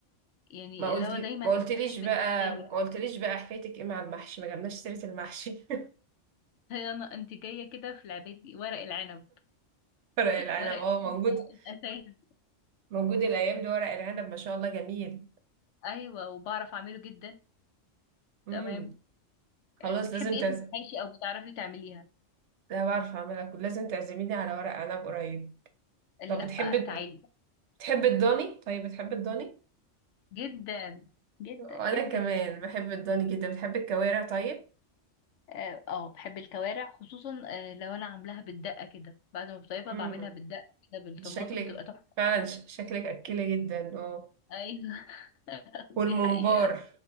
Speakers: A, on the left; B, on the right.
A: يعني
B: ما قلتي
A: اللي هو دايما
B: ما
A: انا
B: قلتليش
A: مش
B: بقى
A: متكفية
B: ما قلتليش بقى حكايتك ايه مع المحشي ما جبناش سيره المحشي
A: هي انا انت جايه كده في لعبتي ورق العنب
B: <laughs> ورق العنب
A: ورق
B: اه موجود
A: العنب ده الاساس
B: موجود الايام دي ورق العنب ما شاء الله جميل
A: ايوه وبعرف اعمله جدا
B: امم
A: تمام
B: خلاص
A: آه، بتحبي
B: لازم تعزم
A: ايه في المحاشي او بتعرفي تعمليها
B: ده بعرف اعملها كل لازم تعزميني على ورق عنب قريب
A: لا
B: طب بتحب
A: تعالي
B: بتحب الضاني طيب بتحب الضاني
A: جدا جدا
B: وانا
A: جدا
B: كمان بحب الضاني جدا بتحب الكوارع طيب
A: اه آه، بحب الكوارع خصوصا آه، لو انا عاملاها بالدقه كده بعد ما بطيبها
B: امم
A: بعملها بالدقه كده بالطماطم
B: شكلك
A: بتبقى تحفه
B: فعلا ش- شكلك اكيله جدا اه
A: ايوه <laughs> دي
B: والممبار
A: حقيقه